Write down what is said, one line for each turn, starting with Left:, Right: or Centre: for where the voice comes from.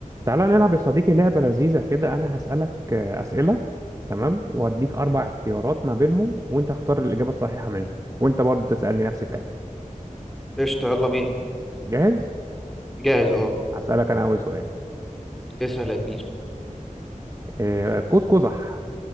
Right: تعالى نلعب يا صديقي لعبة لذيذة كده أنا هسألك آه، أسئلة تمام وأديك أربع اختيارات ما بينهم وأنت اختار الإجابة الصحيحة منهم وأنت برضه تسألني نفس الكلام
Centre: قشطة يلا بينا
Right: جاهز؟
Centre: جاهز اه
Right: هسألك أنا أول سؤال
Centre: اسأل يا كبير
Right: آه، قوس قزح